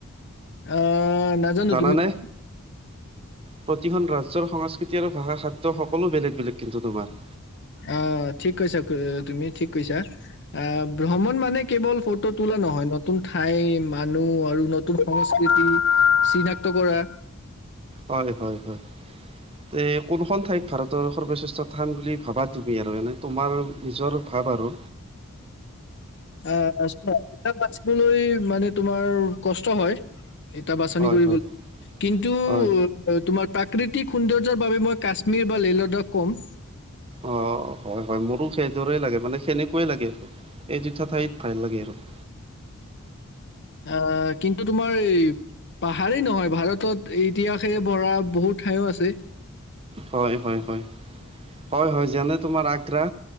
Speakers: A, on the left (about 55°); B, on the right (about 25°).
A: আহ নাজানো
B: জানানে?
A: তুমি কোৱা।
B: প্ৰতিখন ৰাজ্যৰ সংস্কৃতি আৰু ভাষা খাদ্য সকলো বেলেগ বেলেগ কিন্তু তোমাৰ।
A: অ' ঠিক কৈছা, তুমি ঠিক কৈছা আহ ভ্ৰমণ মানে কেৱল ফটো তোলা নহয়, নতুন ঠাই মানুহ আৰু নতুন সংস্কৃতি চিনাক্ত কৰা।
B: হয়, হয়, হয়। তে কোনখন ঠাইত ভাৰতৰ সৰ্বশ্ৰেষ্ঠ স্থান বুলি ভাবা তুমি আৰু এনে তোমাৰ নিজৰ ভাৱ। বাৰু।
A: আহ এ বাচিবলৈ মানে তোমাৰ কষ্ট হয়। এটা বাচনি
B: হয়
A: কৰিবলৈ
B: হয়
A: কিন্তু
B: হয়
A: তোমাৰ প্ৰাক প্ৰাকৃতিক সৌন্দৰ্য্য বাবে মই কাশ্মীৰ বা লেহ লাডখ ক'ম।
B: অ' হয়, হয় মোৰো সেইদৰে লাগে মানে সেনেকুৱে লাগে আৰু এই জোঠা ঠাইত ভাল লাগে আৰু। <inaudible>
A: অ' কিন্তু। তোমাৰ এই পাহাৰেই নহয় ভাৰতত ইতিহাসে ভৰা বহুত ঠাইো আছে।
B: হয়, হয়, হয়, হয়, হয় যেনে তোমাৰ আগ্ৰা।